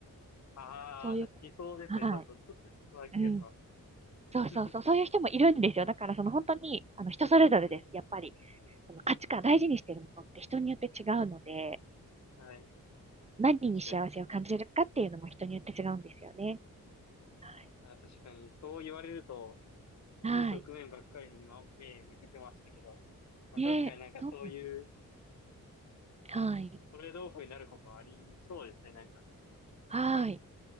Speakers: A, on the left (about 50°); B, on the right (about 20°).
A: ああ、
B: そういうこと。
A: 私、理想ですね。
B: はい。
A: ちょっと、ちょっとしそうな気がします。
B: うん。そうそうそう、
A: <laughs>
B: そういう人もいるんですよ。だからその本当に、あの、人それぞれです、
A: はい。
B: やっぱり。その価値観、大事にしてるものって人によって違うので、
A: はい。
B: 何に幸せを感じるかっていうのも人によって違うんですよね。
A: 確かに。
B: はい。
A: あ、確かに、そう言われると、
B: はい。
A: いい側面ばっかりに今、目向けてましたけど、まあ確かになんかそういう
B: ねえ、そうなんです。はい。
A: トレードオフになることはありそうですね。なんか、
B: はい。
A: やっぱり。